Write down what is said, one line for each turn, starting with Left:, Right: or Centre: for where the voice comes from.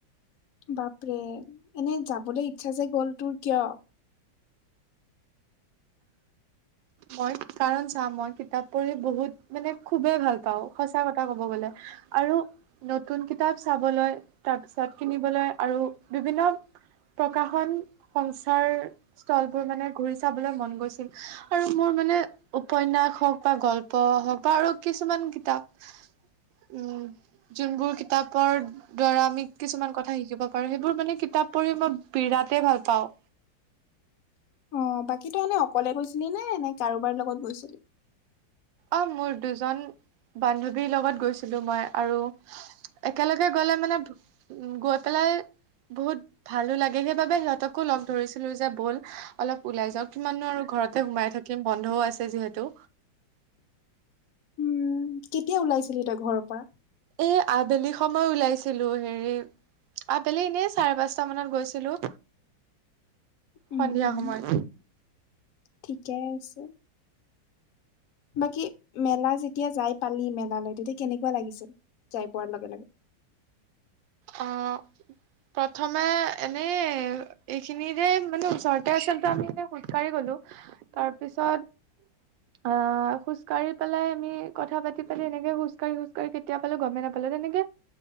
Left: বাপৰে এনে যাবলৈ ইচ্ছা যে গ'ল তোৰ কিয়
Right: মই কাৰণ চা মই কিতাপ পঢ়ি বহুত মানে খুবেই ভাল পা পাওঁ সঁচা কথা ক'ব গ'লে আৰু নতুন কিতাপ চাবলৈ তাৰ পিছত কিনিবলৈ আৰু বিভিন্ন প্ৰকাশন সংসাৰ স্থলবোৰ মানে ঘূৰি চাবলৈ মন গৈছিল। আৰু মোৰ মানে উপন্যাস হ'ওক বা গল্প হ'ওক বা আৰু কিছুমান কিতাপ
Left: <inaudible>
Right: উম, যোনবোৰ কিতাপ কাপৰ দ্বাৰা আমি কিছুমান কথা শিকিব পাৰোঁ সেইবোৰ মানে কিতাপ পঢ়ি মই বিৰাটেই ভাল পাওঁ।
Left: অ', বাকী তো এনেই অকলে গৈছিলি নে নে কাৰোবাৰ লগত গৈছিলি?
Right: অ', মোৰ দুজন বান্ধৱীৰ লগত গৈছিলোঁ মই আৰু একেলগে গ'লে মানে উম, গৈ পেলাই বহুত ভালো লাগে সেইবাবে সিহঁতকো লগ ধৰিছিলো যে ব'ল অলপ ওলাই যাওক কিমাননো আৰু ঘৰতে সোমাই থাকিম বন্ধও আছে যিহেতু
Left: উম, কেতিয়া ওলাইছিলি তই ঘৰৰ পৰা?
Right: এই আবেলি সময় ওলাইছিলো হেৰি আবেলি এনেই চাৰে পাঁচটা মানত গৈছিলোঁ
Left: উম,
Right: সন্ধিয়া
Left: উম,
Right: সময়ত
Left: ঠিকে আছে। বাকী মেলা যেতিয়া যাই পালি মেলালৈ তেতিয়া কেনেকুৱা লাগিছিল যাই পোৱাৰ লগে লগে
Right: অ', প্ৰথমে এনেই এইখিনিৰে মানে ওচৰ তে আচলতে আমি এনেই খোজকাঢ়ি গ'লো তাৰপিছত আ, খোজকাঢ়ি পেলাই আমি কথা পাতি পাতি এনেকে খোজকঢ়ি খোজকাঢ়ি কেতিয়া পালো গমেই নাপালো তেনেকে